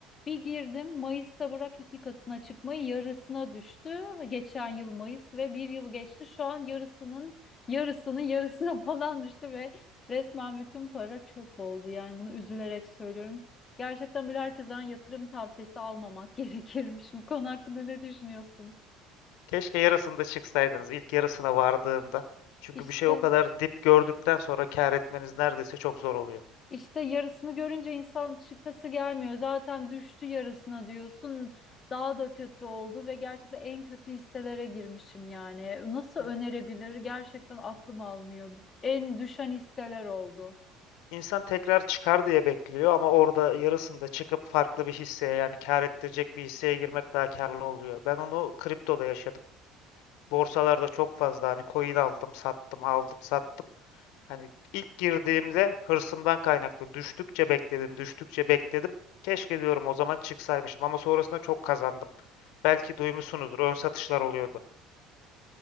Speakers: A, on the left; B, on the left.
A: bir girdim Mayıs'ta bırak iki katına çıkmayı yarısına düştü. Geçen yıl Mayıs ve bir yıl geçti. Şu an yarısının yarısının yarısına <laughs> falan düştü ve Resmen bütün para çöp oldu. Yani bunu üzülerek söylüyorum. Gerçekten böyle herkesten yatırım tavsiyesi almamak <laughs> gerekirmiş. Bu konu hakkında ne düşünüyorsun?
B: Keşke yarısında çıksaydınız. ilk yarısına vardığında. Çünkü
A: İşte,
B: bir şey o kadar dip gördükten sonra kâr etmeniz neredeyse çok zor oluyor.
A: işte yarısını görünce insan çıkası gelmiyor. Zaten düştü yarısına diyorsun. Daha da kötü oldu ve gerçekten en kötü hisselere girmişim yani. Nasıl önerebilir?
B: Evet.
A: Gerçekten aklım almıyor. En düşen hisseler oldu.
B: İnsan tekrar çıkar diye bekliyor ama orada yarısında çıkıp farklı bir hisseye yani kâr ettirecek bir hisseye girmek daha kârlı oluyor. Ben onu kriptoda yaşadım. Borsalarda çok fazla hani coin aldım, sattım, aldım, sattım. Hani ilk girdiğimde hırsımdan kaynaklı düştükçe bekledim, düştükçe bekledim. Keşke diyorum o zaman çıksaymışım ama sonrasında çok kazandım. Belki duymuşsunuzdur, ön satışlar oluyordu.